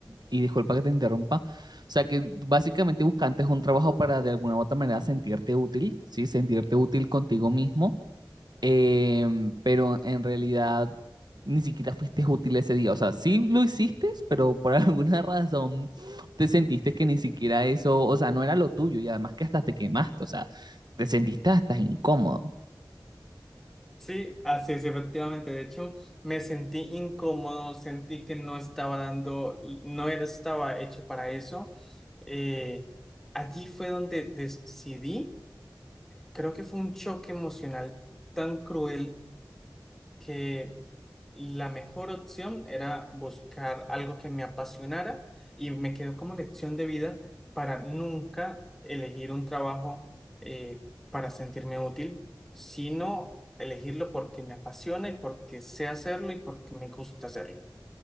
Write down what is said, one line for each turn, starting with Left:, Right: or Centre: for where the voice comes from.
Right: y disculpa que te interrumpa, o sea, que básicamente buscantes un trabajo para de alguna u otra manera sentirte útil, ¿sí? Sentirte útil contigo mismo Em, pero en realidad ni siquiera fuiste útil ese día. O sea, sí lo hiciste, pero por <laughs> alguna razón te sentiste que ni siquiera eso, o sea, no era lo tuyo y además que hasta te quemaste, o sea, te sentiste hasta incómodo.
Centre: Sí, así es, efectivamente. De hecho, me sentí incómodo, sentí que no estaba dando, no era, estaba hecho para eso. Eh, allí fue donde decidí, creo que fue un choque emocional tan cruel que la mejor opción era buscar algo que me apasionara y me quedó como lección de vida para nunca elegir un trabajo eh, para sentirme útil, sino elegirlo porque me apasiona y porque sé hacerlo y porque me gusta hacerlo.